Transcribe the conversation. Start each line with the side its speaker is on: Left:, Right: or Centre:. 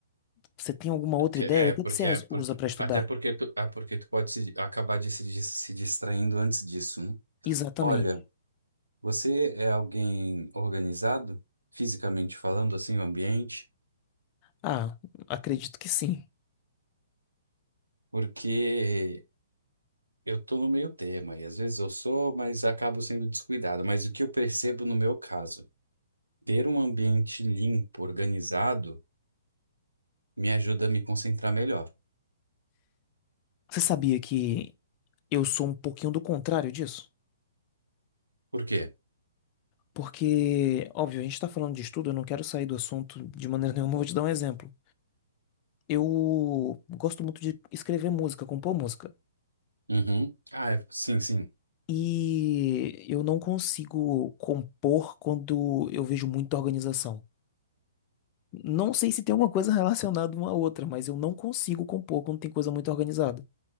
Left: você tem alguma outra
Right: que-
Left: ideia?
Right: É,
Left: O que
Right: porque
Left: que você as-
Right: é porque
Left: usa pra estudar?
Right: até porque tu, é porque tu pode se- acabar de se, dis- se distraindo antes disso, né?
Left: Exatamente.
Right: Olha, Você é alguém organizado, fisicamente falando, assim, o ambiente?
Left: Ah, acredito que sim.
Right: Porque eu tô no meio tema e às vezes eu sou, mas acabo sendo descuidado. Mas o que eu percebo no meu caso, ter um ambiente limpo, organizado, me ajuda a me concentrar melhor.
Left: Você sabia que eu sou um pouquinho do contrário disso?
Right: Por quê?
Left: Porque, óbvio, a gente tá falando de estudo, eu não quero sair do assunto de maneira <laughs> nenhuma, eu vou te dar um exemplo. Eu gosto muito de escrever música, compor música.
Right: Uhum. Ah, é- sim, sim.
Left: E eu não consigo compor quando eu vejo muita organização. Não sei se tem alguma coisa relacionada uma à outra, mas eu não consigo compor quando tem coisa muito organizada.